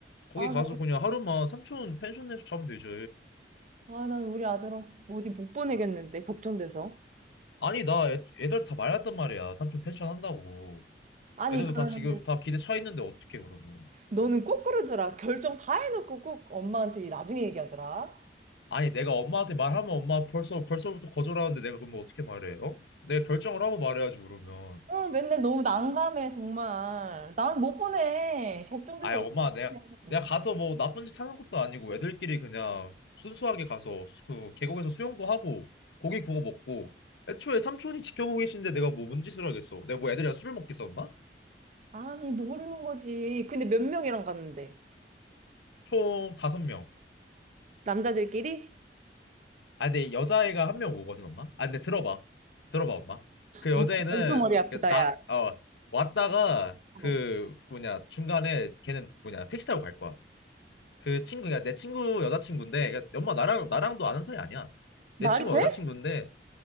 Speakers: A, on the left; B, on the right.
A: 거기
B: 아,
A: 가서
B: 나,
A: 그냥 하루만 삼촌 펜션에서 자면 되지
B: 아, 난 우리 아들 어디 못 보내겠는데, 걱정돼서.
A: 아니 나 애, 애들 다 말랐단 말이야 삼촌 펜션 한다고
B: 아니,
A: 애들도
B: 그러면
A: 다 지금 다 기대 차 있는데 어떻게 그러면
B: 너는 꼭 그러더라. 결정 다 해놓고 꼭 엄마한테 나중에 얘기하더라.
A: 아니 내가 엄마한테 말하면 엄마 벌써 벌써부터 거절하는데 내가 그러면 어떻게 말해 어? 내가 결정을 하고 말해야지 그러면
B: 어, 맨날 너무 난감해, 정말. 난 못 보내. 걱정돼서
A: 아이 엄마
B: 어떡해.
A: 내가 내가 가서 뭐 나쁜 짓 하는 것도 아니고 애들끼리 그냥 순수하게 가서 수- 그 계곡에서 수영도 하고 고기 구워 먹고 애초에 삼촌이 지켜보고 계신데 내가 뭐 뭔 짓을 하겠어 내가 뭐 애들이랑 술을 먹겠어 엄마?
B: 아니, 모르는 거지. 근데 몇 명이랑 갔는데?
A: 총 다섯 명아
B: 남자들끼리?
A: 근데 여자애가 한 명 오거든 엄마 아 근데 들어봐 들어봐 엄마 그 여자애는
B: 엄마 벌써 머리 아프다,
A: 그 나
B: 야.
A: 어 왔다가
B: 어.
A: 그 그 뭐냐 중간에 걔는 뭐냐 택시 타고 갈 거야 그 친구가 내 친구 여자친구인데 그러니까 엄마 나랑 나랑도 아는 사이 아니야
B: 말이
A: 내 친구
B: 돼?
A: 여자친구인데